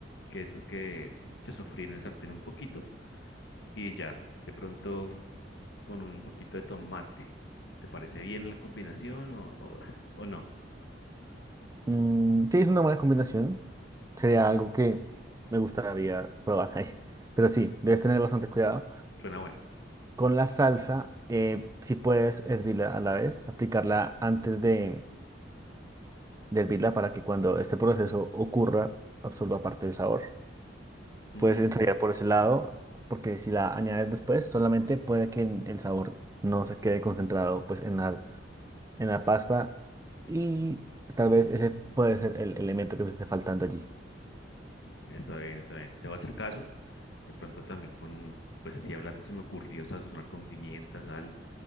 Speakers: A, on the left; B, on the right.
A: que esos que se sofríen en el sartén un poquito y ya, de pronto con un poquito de tomate. ¿Te parece bien la combinación o, o- o no?
B: Mm, sí, es una buena combinación. Sería algo que me gustaría probar ahí. Pero sí, debes tener bastante cuidado.
A: Suena bueno.
B: Con la salsa, eh, si puedes hervirla a la vez, aplicarla antes de, de hervirla para que cuando este proceso ocurra, absorba parte del sabor.
A: Mm.
B: puedes ensayar por ese lado, porque si la añades después, solamente puede que en- el sabor no se quede concentrado pues en la, en la pasta y tal vez ese puede ser el elemento que te esté faltando allí.
A: Está bien, está bien. Te voy a hacer caso. De pronto también con, pues así hablando, se me ocurrió sazonar con pimienta, sal,